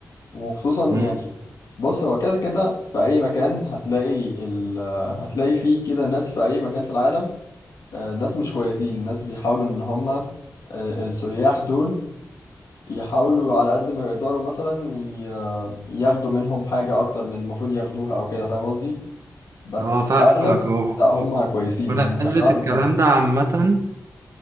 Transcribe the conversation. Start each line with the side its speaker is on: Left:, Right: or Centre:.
Left: وخصوصا
Right: مم.
Left: يعني بص هو كده كده في اي مكان هتلاقي ال... هتلاقي فيه كده ناس في اي مكان في العالم آه، ناس مش كويسين ناس بيحاولوا ان هما آه، السياح دول يحاولوا على قد ما يقدروا مثلا ي- ياخدوا منهم حاجة أكتر من المفروض ياخدوها أو كده فاهم قصدي؟ بس
Right: اه
Left: في
Right: فاهمك
Left: الأغلب
Right: و-
Left: لا هم كويسين
Right: ونسبة
Left: هم كشعب
Right: الكلام
Left: حلو
Right: ده عامة